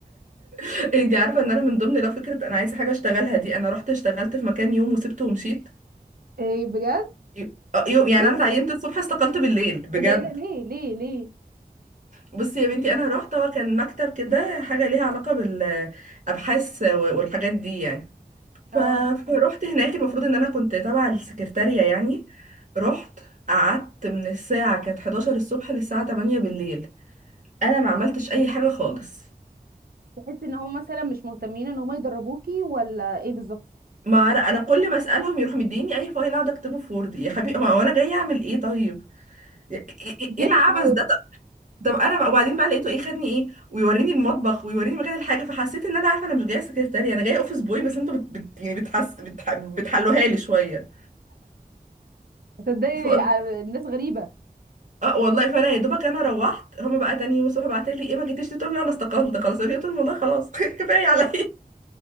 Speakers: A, on the right; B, on the right.
A: <laughs> انت عارفه ان انا من ضمن لو فكره انا عايزه حاجه اشتغلها دي انا رحت اشتغلت في مكان يوم وسبته ومشيت
B: ايه بجد
A: ي- آه، يوم
B: طب
A: يعني
B: ليه
A: انا اتعينت الصبح استقلت بالليل بجد
B: ايه ده ايه ده ليه ليه ليه
A: بصي يا بنتي انا رحت هو كان مكتب كده حاجه ليها علاقه بالابحاث و- والحاجات دي يعني ف...
B: اه
A: فروحت هناك المفروض ان انا كنت تبع السكرتاريه يعني رحت قعدت من الساعه كانت 11 الصبح للساعه 8 بالليل انا ما عملتش اي حاجه خالص
B: تحس ان هم مثلا مش مهتمين ان هم يدربوكي ولا ايه بالظبط
A: ما عر- انا كل ما اسالهم يروحوا مديني اي فايل اقعد اكتبه في وورد يا حبيبي هو انا جاي اعمل ايه طيب ايه إيه-
B: جيتك
A: إيه العبث
B: وورد
A: ده طب طب انا بقى وبعدين بقى لقيته ايه خدني ايه ويوريني المطبخ ويوريني مكان الحاجه فحسيت ان انا عارفه انا مش جايه سكرتاريه انا جايه اوفيس بوي بس انتوا بت... بت... يعني بتحس بتح... بتحلوها لي شويه
B: تصدقي
A: فقلت
B: يعني الناس غريبه
A: اه والله فانا يا دوبك انا روحت هما بقى تاني يوم الصبح بعتوا لي ايه ما جيتيش قلت لهم لا انا استقلت خلاص قالوا لي قلت لهم والله خلاص <laughs> كفايه عليا